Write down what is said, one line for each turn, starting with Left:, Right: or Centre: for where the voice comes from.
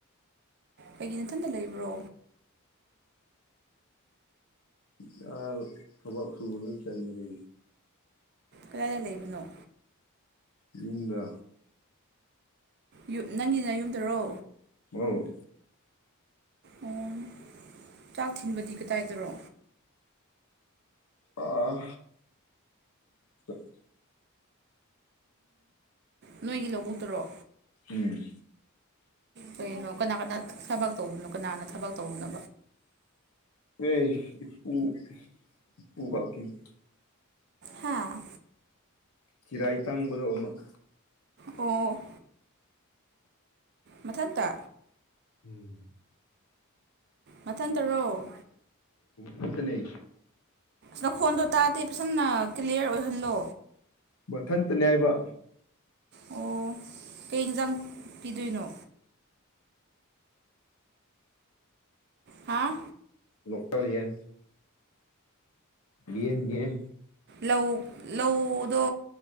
Right: ꯀꯩꯒꯤ ꯅꯊꯟꯇ ꯂꯩꯕ꯭ꯔꯣ
Left: ꯌꯥ ꯊꯕꯛ ꯐꯕꯂ ꯆꯠ ꯃꯔ
Right: ꯀꯗꯥꯏꯗ ꯂꯩꯕꯅꯣ
Left: ꯌꯨꯝꯗ
Right: ꯌꯨꯝ ꯅꯪꯒꯤꯅ ꯌꯨꯝꯗꯔꯣ
Left: ꯎꯝ
Right: ꯑꯣ ꯆꯥꯛ ꯊꯤꯟꯕꯗꯤ ꯀꯗꯥꯏꯗꯔꯣ
Left: ꯑꯤ <inaudible>
Right: ꯎ ꯅꯣꯏꯒꯤ ꯂꯧꯕꯨꯇꯔꯣ
Left: ꯎꯝ
Right: ꯀꯩꯅꯣ ꯀꯅꯥ ꯀꯅꯥ ꯊꯕꯛ ꯇꯧꯕꯅꯣ ꯀꯅꯥꯅ ꯊꯕꯛ ꯇꯧꯕꯅꯣ
Left: ꯈꯣꯏ ꯏꯄꯨ ꯏꯄꯨ ꯈꯛꯀꯤꯅꯤ
Right: ꯍꯥꯥ
Left: ꯆꯤꯔꯥꯏ ꯇꯥꯡꯕꯗꯣ ꯑꯃꯨꯛ
Right: ꯑꯣ ꯃꯊꯟꯇ
Left: ꯎꯝ
Right: ꯃꯊꯟꯇꯔꯣ
Left: ꯃꯊꯟꯇꯅꯦ
Right: ꯅꯈꯣꯟꯗꯣ ꯇꯥꯗꯦ ꯐꯖꯅ ꯀ꯭ꯂꯤꯌꯥꯔ ꯑꯣꯏꯍꯜꯂꯣ
Left: ꯃꯊꯟꯇꯅꯤ ꯍꯥꯏꯏꯕ
Right: ꯑꯣ ꯀꯩ ꯌꯦꯟꯁꯥꯡ ꯄꯤꯗꯣꯏꯅꯣ ꯍꯥꯥ
Left: ꯂꯀꯦꯜ ꯌꯦꯟ ꯌꯦꯟ ꯌꯦꯟ
Right: ꯂꯧ ꯂꯧꯗꯣ